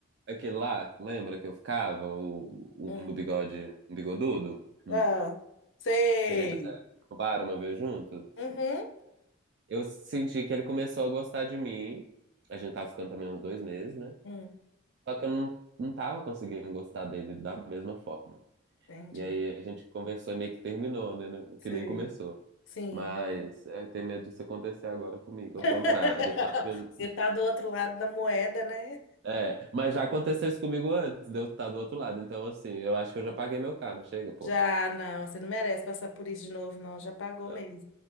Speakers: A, on the right (about 55°); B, on the left (about 70°).
A: aquele lá, lembra que eu ficava? O, um
B: Hum.
A: do bigode, um bigodudo? Hum.
B: Ah, sei.
A: Que a gente até no bar uma vez junto.
B: Uhum.
A: Eu senti que ele começou a gostar de mim. A gente tava ficando também uns dois meses, né?
B: Hum,
A: Só que eu não, não tava conseguindo gostar dele da mesma forma.
B: entendi.
A: E aí a gente conversou e meio que terminou, né? né,
B: Sei.
A: Que nem começou.
B: Sim.
A: Mas eu tenho medo disso acontecer agora comigo,
B: <laughs>
A: ao contrário. tá vendo?
B: Você tá do outro lado da moeda, né?
A: É, mas já aconteceu isso comigo antes de eu estar do outro lado. Então, assim, eu acho que eu já paguei meu karma. Chega, pô.
B: Já, não, você não merece passar por isso de novo, não. Já pagou
A: Não.
B: mesmo.